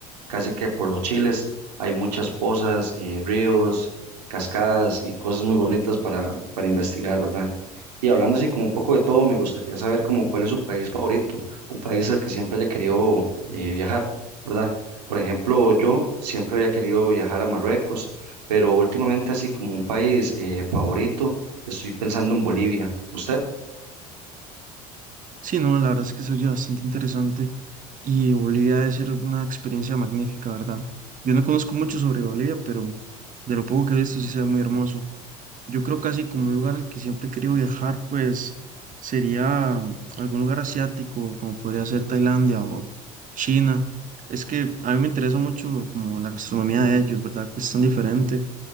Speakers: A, on the right (about 85°); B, on the right (about 40°).
A: casi que por los Chiles. Hay muchas pozas, eh, ríos, cascadas y cosas muy bonitas para, para investigar, ¿verdad? Y hablando así como un poco de todo, me gustaría saber como cuál es su país favorito, un país al que siempre haya querido eh, viajar, ¿verdad? Por ejemplo, yo siempre había querido viajar a Marruecos, pero últimamente así como un país eh, favorito, estoy pensando en Bolivia. ¿Usted?
B: Sí, no, la verdad es que se oye bastante interesante y Bolivia debe ser una experiencia magnífica, ¿verdad? Yo no conozco mucho sobre Bolivia, pero de lo poco que he visto sí se ve muy hermoso. Yo creo casi como un lugar al que siempre he querido viajar, pues sería mm, algún lugar asiático, como podría ser Tailandia o China. Es que a mí me interesa mucho como la gastronomía de ellos, ¿verdad? Que es tan diferente.